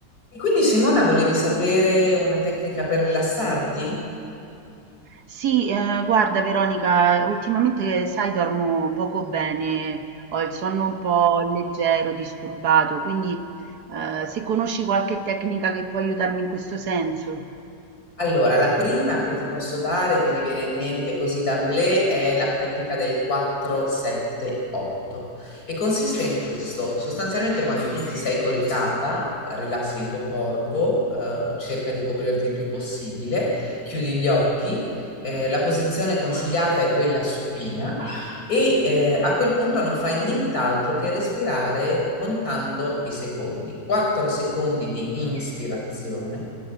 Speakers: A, on the left; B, on the right.
A: E quindi Simona, volevi sapere una tecnica per rilassarti?
B: Sì, ehm, guarda Veronica, ultimamente sai dormo poco bene, ho il sonno un po' leggero, disturbato, quindi eh, se conosci qualche tecnica che può aiutarmi in questo senso.
A: Allora, la prima che ti posso dare, che mi viene in mente così d'amblè, è la tecnica del 4-7-8 e consiste in questo. Sostanzialmente quando tu ti sei coricata, eh, rilassi il tuo corpo, eh, cerca di coprirti il più possibile, chiudi gli occhi, eh, la posizione consigliata è quella supina e eh, a quel punto non fai nient'altro che respirare contando i secondi. 4 secondi di inspirazione.